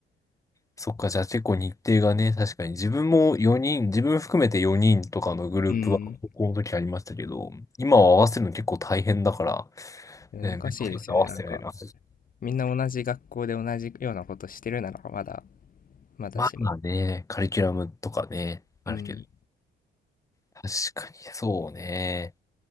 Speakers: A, on the left; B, on the left.
A: そっか、じゃあ結構日程がね、確かに自分も4人、自分含めて4人とかのグループは高校の時ありましたけど、
B: うん。
A: 今は合わせるの結構大変だから、
B: 難しいですよねなんか
A: ね、面倒くさくて合わせてないな。
B: みんな同じ学校で同じようなことしてるならまだまだしも、
A: まあね、カリキュラムとかね、あるけど。
B: うん。
A: 確かに、そうね。